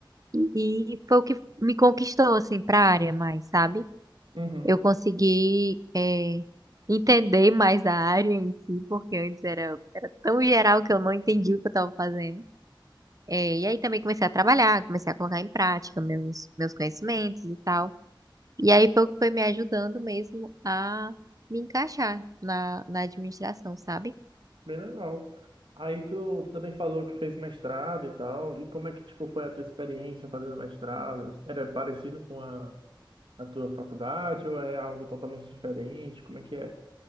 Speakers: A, on the right; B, on the right.
A: E foi o que me conquistou, assim, para a área mais, sabe?
B: uhum.
A: Eu consegui, eh, entender mais a área em si, porque antes era, era tão geral que eu não entendia o que eu estava fazendo. Eh, e aí também comecei a trabalhar, comecei a colocar em prática meus, meus conhecimentos e tal. E aí foi o que foi me ajudando mesmo a me encaixar na, na administração, sabe?
B: Bem legal. Aí tu, tu também falou que fez mestrado e tal. E como é que, tipo, foi a tua experiência fazendo mestrado? Era parecido com a, a tua faculdade ou é algo totalmente diferente? Como é que é?